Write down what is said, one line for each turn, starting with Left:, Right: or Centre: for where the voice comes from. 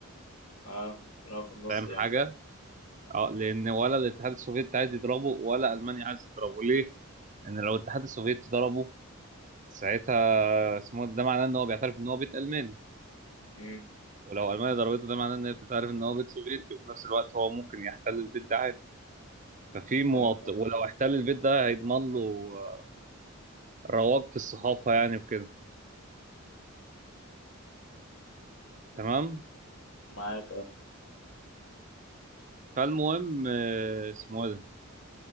Left: اه كانوا في النص
Right: فاهم
Left: يعني
Right: حاجة؟ اه لأن ولا الاتحاد السوفيتي عايز يضربه ولا ألمانيا عايز تضربه ليه؟ ان لو الاتحاد السوفيتي ضربه ساعتها اسمه ده معناه ان هو بيعترف ان هو بيت الماني
Left: امم
Right: ولو المانيا ضربته ده معناه ان هي بتعترف ان هو بيت سوفيتي وفي نفس الوقت هو ممكن يحتل البيت ده عادي ففي مواطن
Left: فاهم اه
Right: ولو احتل البيت ده هيضمن له آه، رواج في الصحافه يعني وكده تمام
Left: معاك اه
Right: فالمهم آه، اسمه إيه ده